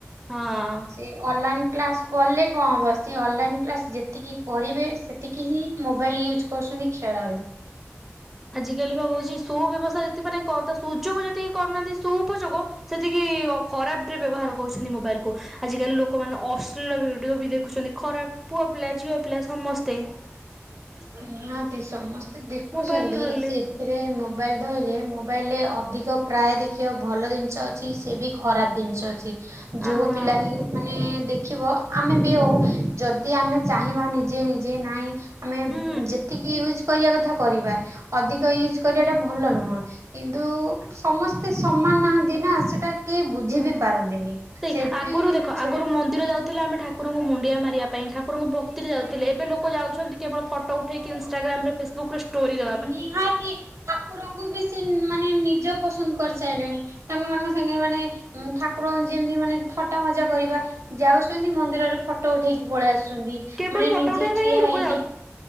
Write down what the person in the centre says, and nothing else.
ହଁ।
ଆଜିକାଲି ବା ହଉଛି ସୁ ବ୍ୟବସ୍ଥା ଯେତେ ମାନେ ସୁଯୋଗ ଯେତିକି କରୁନାହାନ୍ତି ସୁ ଉପଯୋଗ ସେତିକି ଖରାପ ରେ ବ୍ୟବହାର କରୁଛନ୍ତି ମୋବାଇଲ କୁ। ଆଜି କାଲି ଲୋକମାନେ ଅଶ୍ଲୁଳ ଭିଡିଓ ବି ଦେଖୁଛନ୍ତି ଖରାପ ପୁଅ ପିଲା ଝିଅ ପିଲା ସମସ୍ତେ। <inaudible>
ମୋବାଇଲ ଧରିଲେ
ଆ
ହଁ
ହୁଁ
ହଁ।
ସେଇ
ଆଗରୁ ଦେଖ
ଆଗରୁ ମନ୍ଦିର ଯାଉ ଥିଲା ଆମେ ଠାକୁରଙ୍କୁ ମୁଣ୍ଡିଆ ମାରିବା ପାଇଁ ଠାକୁରଙ୍କୁ ଭକ୍ତିରେ ଯାଉଥିଲେ ଏବେ ଲୋକ ଯାଉଛନ୍ତି କେବଳ ଫଟୋ ଉଠେଇକି ଇନଷ୍ଟାଗ୍ରାମରେ ଫେସବୁକ୍ ରେ ଷ୍ଟୋରି ଦେ
କେବଳ
ଫଟୋ
ଉଠେଇବା ପାଇଁ
ହିଁ ଲୋକ